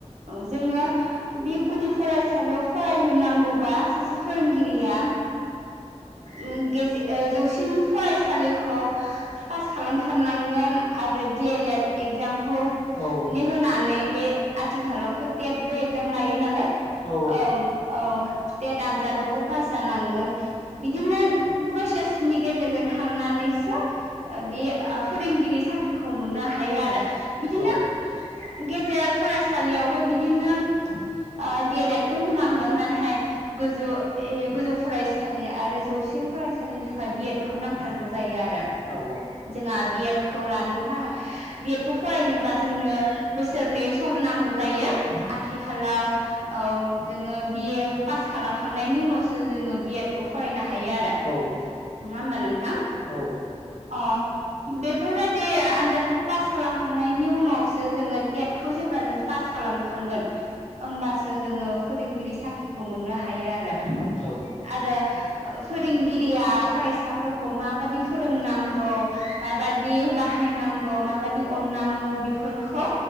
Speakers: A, on the right; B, on the left.
A: औ जोङो बे गुदि फरायसालिआल फरायहोनांगौबा सासे फोरोंगिरिआ ओ गेजेर जौसिन फरायसालिखौ ओ पास खालामथारनांगोन आ आरो डि एल एड एक्जामखौ ओ
B: औ
A: माने होनानै बे आथिखालावथ' टेटबो एकजाम लायो नालाय
B: औ
A: ओं औ टेट आनजादावबो पास जानांगोन बिदिनो ओ प्र'सेसनि गेजेरजोंसो थांनानैसो ओ बे फोरोंगिरि साख्रिखौ मोननो हायो आरो बिदिनो
B: औ
A: ओ गेजेर फरायसालिआवबो बिदिनो ओ डि एल एडखौ होनांगो नाथाय गोजौ ए गोजौ फरायसालि आरो जौसिन फरायसालिनि थाखाय बि एद खौ नांथारगोै थारगौ जायो आरो
B: औ औ
A: जोंहा बि एद खौ लानो थाखाय बि एद खौ फरायनोबा जोंनो बोसोरनै सम नांगौ जायो आथिखालाव औ जोङो बिए पास खालामखांनायनि उनावसो जोङो बि एड खौ फरायनो हायो आरो
B: औ
A: नङा होमबा नोंथां
B: औ
A: अ बेफोरबाददि आनजादखौ पास खालामखांनायनि उनावसो जोङो टेटखौ जेब्ला जों पास खालामखांगोन होमबासो जोङो फोरोंगिरि साख्रिखौ मोननो हायो आरो।
B: औ औ
A: आरो फोरोंगिरिया फरायसा फोरखौ माबादि फोरोंनांगौ माबादि बाहायनांगौ माबादि अननांगौ बेफोरखौ